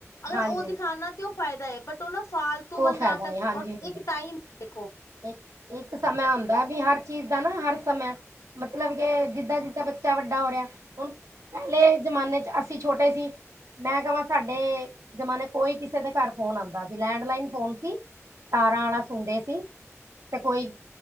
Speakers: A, on the left; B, on the right.
A: ਅਗਰ
B: ਹਾਂਜੀ
A: ਉਹ ਦਿਖਾਣਾ ਤਾਂ ਉਹ ਫਾਇਦਾ ਐ ਬਟ ਉਹ ਨਾ ਫਾਲਤੂ
B: ਉਹ
A: ਵੱਲ
B: ਫਾਇਦਾ
A: ਨਾਟਕ
B: ਹੈ ਹਾਂਜੀ
A: ਔਰ
B: ਹਾਂਜੀ
A: ਇੱਕ ਟਾਈਮ ਦੇਖੋ।
B: ਇੱਕ ਸਮਾਂ ਹੁੰਦਾ ਵੀ ਹਰ ਚੀਜ਼ ਦਾ ਨਾ ਹਰ ਸਮੇਂ ਮਤਲਬ ਕੇ ਜਿੱਦਾਂ-ਜਿੱਦਾਂ ਬੱਚ ਬੱਚਾ ਵੱਡਾ ਹੋ ਰਿਹਾ। ਹੁਣ ਪਹਿਲੇ ਜ਼ਮਾਨੇ ਚ ਅਸੀਂ ਛੋਟੇ ਸੀ। ਮੈਂ ਕਵਾਂ ਸਾਡੇ ਜਮਾਨ ਕੋਈ ਕਿਸੇ ਦੇ ਘਰ ਫੋਨ ਆਂਦਾ ਸੀ। ਲੈਂਡ ਲਾਈਨ ਫੋਨ ਸੀ। ਤਾਰਾਂ ਆਲਾ ਸੁਣਦੇ ਸੀ। ਤੇ ਕੋਈ